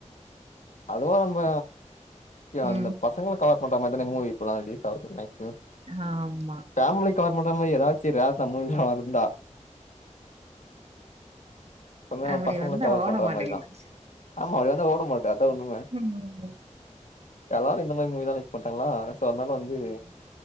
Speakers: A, on the left; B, on the right.
A: அதுவா நம்ப இங்க
B: ம்
A: அந்த பசங்கள கவர் முன்னமேர்தானா மூவி இப்பலா ரிலீஸ் ஆவுது மேக்ஸிமம்
B: ஆமா
A: ஃபேமிலி கவர் பண்ற மாரி எதாச்சு ரேர் டா மூவிலா வருண்டா எப்பவுமே
B: அப்டி
A: பசங்கள
B: வந்தா
A: கவர்
B: ஓட
A: பண்ற
B: மாட்டிங்குது
A: மாரிதா ஆமா அப்டி வந்தா ஓட மாட்டே அதா உண்ம
B: ம்
A: எல்லாரு இந்த மாரி மூவி தா லைக் பண்ட்டாங்களா சோ அதனால வந்து
B: ம்